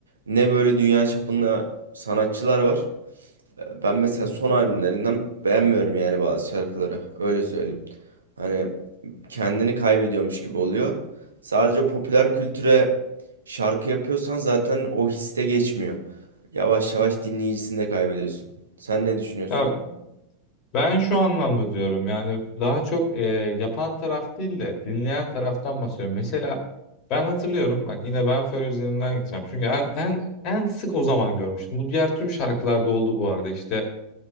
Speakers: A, on the right; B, on the left.
A: Ne böyle dünya çapında sanatçılar var. Ee, Ben mesela son albümlerinden beğenmiyorum yani bazı şarkıları. Öyle söyleyeyim. Hani kendini kaybediyormuş gibi oluyor. Sadece popüler kültüre şarkı yapıyorsan zaten o histe geçmiyor. Yavaş yavaş dinleyicisini de kaybediyorsun. Sen ne düşünüyorsun?
B: Ya Ben şu anlamda diyorum yani daha çok e, yapan taraf değil de dinleyen taraftan bahsediyorum. Mesela ben hatırlıyorum bak yine ben Fer üzerinden gideceğim. Çünkü en, en, en sık o zaman görmüştüm. Bu diğer tüm şarkılarda oldu bu arada işte